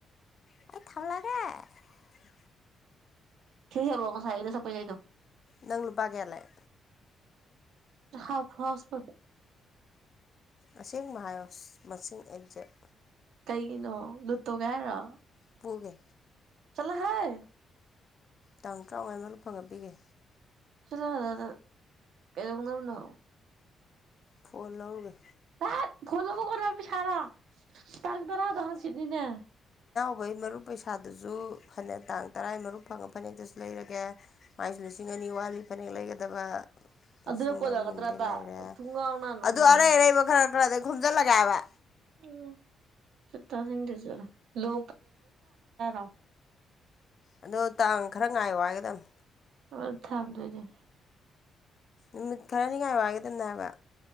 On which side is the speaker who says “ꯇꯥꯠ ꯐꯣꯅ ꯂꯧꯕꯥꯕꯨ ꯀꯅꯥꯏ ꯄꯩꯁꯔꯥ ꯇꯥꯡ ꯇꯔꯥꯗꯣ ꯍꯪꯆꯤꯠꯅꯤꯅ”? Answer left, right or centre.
Right